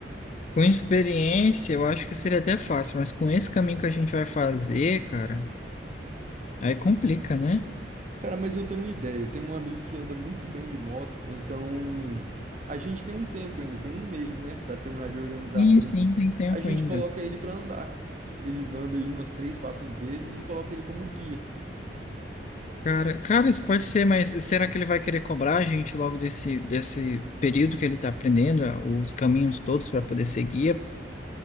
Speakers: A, on the left; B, on the right.
A: com experiência eu acho que seria até fácil, mas com esse caminho que a gente vai fazer, cara, aí complica, né?
B: Cara, mas eu tenho uma ideia. Eu tenho um amigo que anda muito bem de moto, então a gente tem um tempo ainda, tem um mês, né, Pra terminar de organizar
A: Sim,
B: tudo.
A: sim, tem tempo
B: A gente
A: ainda.
B: coloca ele pra andar. Ele anda aí umas três, quatro vezes e coloca ele como guia.
A: Cara, cara, isso pode ser, mas será que ele vai querer cobrar a gente logo desse, desse período que ele tá aprendendo, ah, os caminhos todos para poder seguir?